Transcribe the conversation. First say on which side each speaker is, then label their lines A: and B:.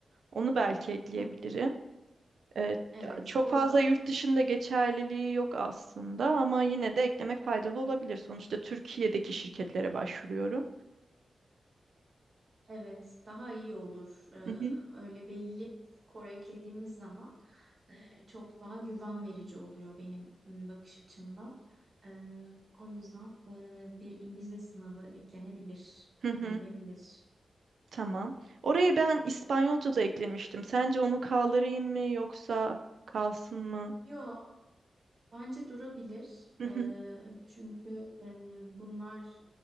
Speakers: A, on the right; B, on the right.
A: Onu belki ekleyebilirim.
B: Hı.
A: Ee,
B: Evet,
A: çok
B: orada
A: fazla yurt dışında geçerliliği yok aslında ama yine de eklemek faydalı olabilir. Sonuçta Türkiye'deki şirketlere başvuruyorum.
B: Evet, daha iyi olur. Ee,
A: Hı hı.
B: öyle belli bir skor eklediğimiz zaman e, çok daha güven verici oluyor benim m, bakış açımdan. Ee, o yüzden e, bir İngilizce sınavı eklenebilir,
A: Hı hı.
B: gidilebilir.
A: Tamam. Orayı ben İspanyolca da eklemiştim. Sence onu kaldırayım mı yoksa kalsın mı?
B: Yo, bence durabilir.
A: Hı
B: Ee,
A: hı.
B: çünkü e, bunlar